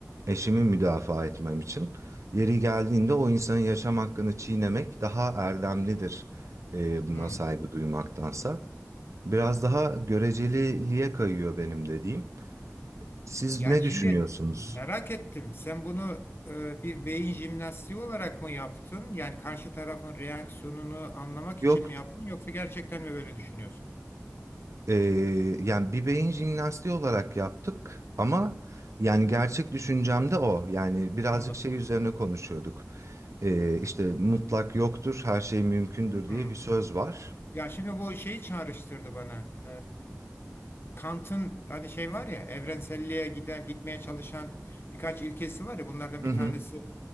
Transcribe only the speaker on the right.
eşimi müdafaa etmem için yeri geldiğinde o insanın yaşam hakkını çiğnemek daha erdemlidir e, buna
saygı duymaktansa. Biraz daha göreceliliğe kayıyor benim dediğim. Siz
ne düşünüyorsunuz?
Yok
Ee, yani bir beyin jimnastiği olarak yaptık ama yani gerçek düşüncem de o. Yani birazcık
şey üzerine konuşuyorduk. Ee, işte mutlak yoktur, her şey mümkündür
diye bir söz var.
Hı
hı.